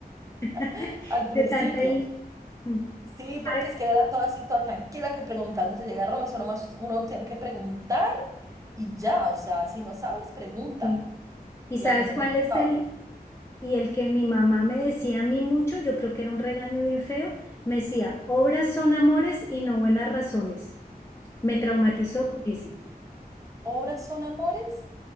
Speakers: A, on the left (about 15°); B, on the right (about 20°).
A: <laughs>
B: <laughs> al principio.
A: De tanto ahí. mm,
B: Sí, porque
A: ¿sabes?
B: es que era toda así, toda tranquila, que preguntando se llega a Roma, eso nomás uno tiene que preguntar y ya, o sea, si no sabes, pregunta.
A: Sí. ¿Y
B: Y
A: sabes
B: a mí no
A: cuál
B: me gustaba.
A: es el? Y el que mi mamá me decía a mí mucho, yo creo que era un regaño bien feo, me decía, obras son amores y no buenas razones. Me traumatizó con ese.
B: Obras son amores